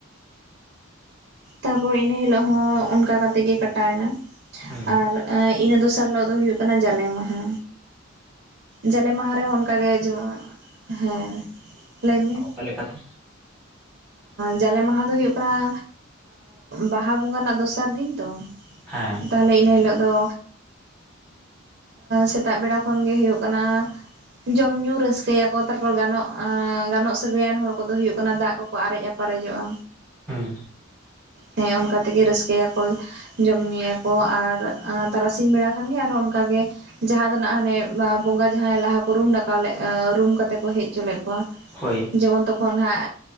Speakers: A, on the right (about 55°); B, in the centre.
A: ᱛᱟᱨᱯᱚᱨ ᱤᱱᱟᱹ ᱦᱤᱞᱳᱜ ᱦᱚᱸ ᱚᱱᱠᱟ ᱠᱟᱛᱮᱜ ᱜᱮ ᱠᱟᱴᱟᱣ ᱱᱟ
B: ᱦᱩᱸ
A: ᱟᱨ ᱟᱹ ᱤᱱᱟᱹ ᱫᱚᱥᱟᱨ ᱦᱤᱞᱳᱜ ᱫᱚ ᱦᱳᱭᱳᱜ ᱠᱟᱱᱟ ᱡᱟᱞᱮ ᱢᱟᱦᱟ᱾ ᱡᱟᱞᱮ ᱢᱟᱦᱟ ᱨᱮᱦᱚᱸ ᱚᱱᱠᱟ ᱜᱮ ᱡᱚᱢ ᱦᱮᱸ ᱞᱟᱹᱭ ᱢᱮ᱾
B: ᱚᱞᱮ <unintelligible>
A: ᱡᱟᱞᱮ ᱢᱟᱦᱟ ᱫᱚ ᱦᱳᱭᱳᱜ ᱠᱟᱱᱟ, ᱵᱟᱦᱟ ᱵᱚᱸᱜᱟ ᱨᱮᱱᱟᱜ ᱫᱚᱥᱟᱨ ᱫᱤᱱ ᱛᱚ?
B: ᱦᱮᱸ
A: ᱛᱟᱦᱞᱮ ᱤᱱᱟᱹ ᱦᱤᱞᱳᱜ ᱫᱚ, ᱥᱮᱛᱟᱜ ᱵᱮᱲᱟ ᱠᱷᱚᱱ ᱜᱮ ᱦᱳᱭᱳᱜ ᱠᱟᱱᱟ᱾ ᱡᱚᱢ ᱧᱩ ᱨᱟᱹᱥᱠᱟᱹᱭᱟᱠᱚ ᱛᱟᱨᱯᱚᱨ ᱜᱟᱱᱚᱜ ᱜᱟᱱᱚᱜ ᱥᱟᱹᱜᱟᱹᱭᱟᱱ ᱦᱚᱲ ᱠᱚᱫᱚ ᱦᱳᱭᱳᱜ ᱠᱟᱱᱟ ᱫᱟᱜ ᱠᱚ ᱟᱨᱮᱡ-ᱟᱯᱟᱨᱮᱡᱚᱜᱼᱟ᱾
B: ᱦᱩᱸ
A: ᱦᱮᱸ ᱚᱱᱠᱟ ᱛᱮᱜᱮ ᱨᱟᱹᱥᱠᱟᱹᱭᱟᱠᱚ᱾ ᱡᱚᱢ ᱧᱩᱭᱟᱠᱚ ᱟᱨ ᱛᱟᱨᱟᱥᱤᱧ ᱵᱮᱲᱟ ᱠᱷᱟᱱᱜᱮ ᱟᱨᱦᱚᱸ ᱚᱱᱠᱟᱜᱮ ᱡᱟᱦᱟᱸ ᱫᱚ ᱱᱟᱜ ᱦᱟᱱᱮ ᱵᱚᱸᱜᱟ ᱡᱟᱦᱟᱭ ᱞᱟᱦᱟ ᱠᱚ ᱨᱩᱢ ᱰᱟᱠᱟᱣ ᱞᱮᱫ ᱨᱩᱢ ᱠᱟᱛᱮ ᱠᱚ ᱦᱮᱡ ᱦᱚᱪᱚ ᱞᱮᱫ ᱠᱚᱣᱟ᱾
B: ᱦᱳᱭ
A: ᱡᱮᱢᱚᱱ ᱛᱚᱠᱷᱚᱱ ᱦᱟᱸᱜ